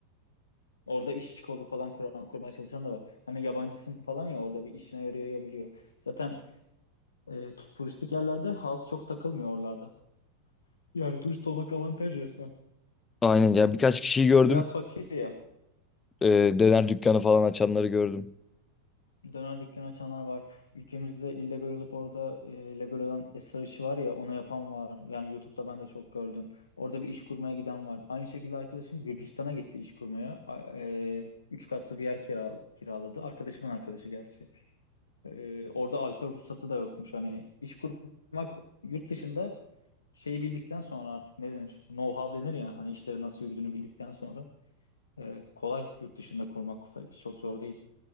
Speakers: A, on the left (about 70°); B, on the left (about 15°).
A: Orada iş kolu falan kuran, kurmaya çalışan da var. Hani yabancısın falan ya orada bir işine yarayabiliyor. Zaten e, turistik yerlerde halk çok takılmıyor oralarda. Yani turist olmak avantaj resmen.
B: Aynen ya birkaç kişiyi gördüm.
A: Biraz fakir ya.
B: E, döner dükkanı falan açanları gördüm.
A: Döner dükkanı açanlar var. Ülkemizde illegal olup orada e, legal olan esrar işi var ya onu yapan var. Yani YouTube'da ben de çok gördüm. Orada bir iş kurmaya giden var. Aynı şekilde arkadaşım Gürcistan'a gitti iş kurmaya. A- E, üç katlı bir yer kiral kiraladı. Arkadaşımın arkadaşı gerçi. Ee, orada alkol ruhsatı da yokmuş. Hani iş kurmak yurt dışında şeyi bildikten sonra artık ne denir? Know-how denir ya. Hani işleri nasıl yürüdüğünü bildikten sonra e, kolay yurt dışında kurmak çok zor değil